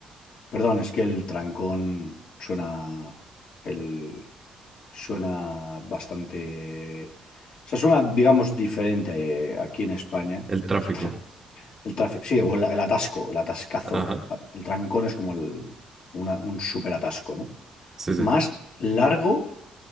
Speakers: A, on the left; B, on the right.
A: Perdón, es que el trancón suena el suena bastante, o sea, suena, digamos, diferente eh, aquí en España.
B: El tráfico,
A: El, tra- el tráfico, sí, o el, el atasco, el atascazo,
B: ajá,
A: el trancón es como el, una- un súper atasco, ¿no?
B: sí, sí,
A: Más largo